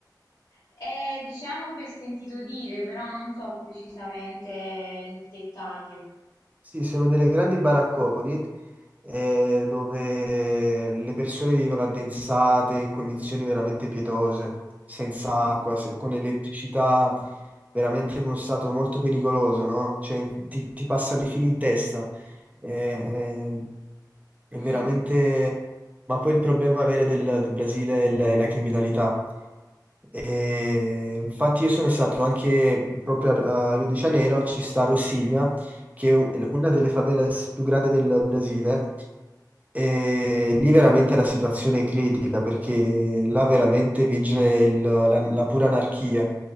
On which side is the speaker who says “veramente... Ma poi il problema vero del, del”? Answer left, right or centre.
Right